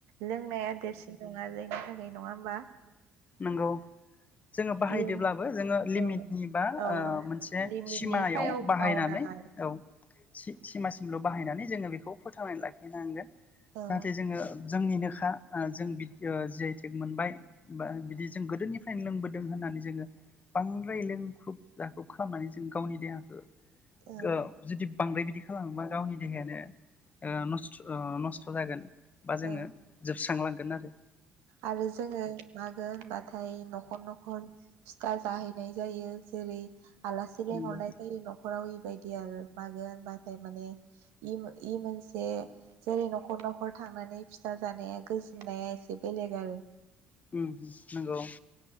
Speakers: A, on the right (about 75°); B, on the left (about 35°).
A: लोंनाया देरसिन नङा जोंनि थाखाय नङा होनबा।
B: नोंगौ जोङो बाहायदोब्लाबो
A: इयुन
B: जोङो लिमिटनि
A: औ
B: बा
A: औ
B: ओ मोनसे
A: लिमिटनि
B: सिमायाव
A: सायाव
B: बाहायनानै
A: मावनाङा
B: औ सिमासिमल बाहायनानै जोङो बेखौ फोथांनानै लाखि होनांगोन
A: औ
B: नाथाय जोङो जोंनिनोखा जों बि जि आइ टेक मोनबाय बा बिदि जों गोदोनिफ्रायनो लोंबोदों होननानै जोङो बांद्राय लोंख्रुब जाख्रुब खालामनानै जों गावनि देहाखो
A: औ
B: ओ जुदि बांद्राय बिदि खालामोबा गावनि देहायानो ओ नस्थ नस्थ जागोन। बा जोङो
A: औ
B: जोबस्रांलांगोन आरो
A: आरो जोङो मा होनबाथाय नखर नखर फिथा जाहैनाय जायो जेरै आलासि लिंहरनाय
B: नंगौ
A: जायो नखराव बेबायदि आरो मागो मागो माने इ इ मोनसे जेरै नखर नखर थांनानै फिथा जानाया गोजोननाया एसे बेलेग आरो
B: ओम नंगौ